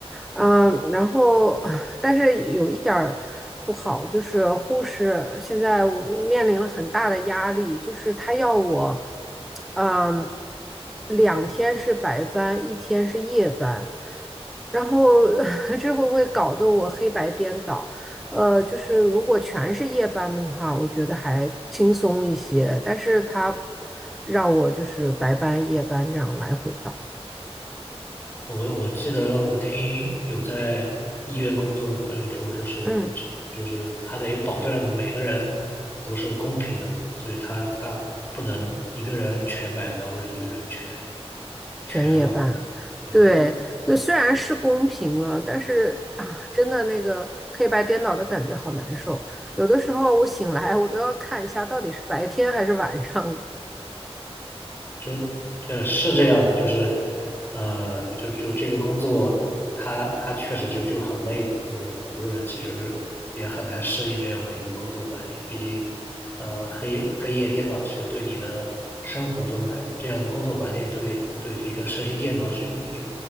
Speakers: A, in the centre; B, on the left (about 20°).
A: 嗯，然后但是有一点儿不好，就是护士现在我面临了很大的压力，就是他要我，嗯，两天是白班，一天是夜班，然后 <laughs> 这会会搞得我黑白颠倒。呃，就是如果全是夜班的话，我觉得还轻松一些，但是他让我就是白班、夜班这样来回倒，
B: 我我记得我听有在医院工作的朋友说，就是这个就是他得保证每个人
A: 嗯，
B: 都是公平的嘛，所以他他不能一个人全白白或者一个人全全完满。
A: 全夜班，
B: 对对
A: 对，就虽然是公平了，但是啊，真的那个黑白颠倒的感觉好难受，有的时候我醒来我都要看一下到底是白天还是晚上，
B: 就呃是这样的，就是呃就就这个工作，他他确实就就很累嘛，就是很多人其实也很难适应这样的一个工作环境，毕竟呃黑黑夜电脑其实对你的生活中来这样的工作环境对对这个身心健康是有影响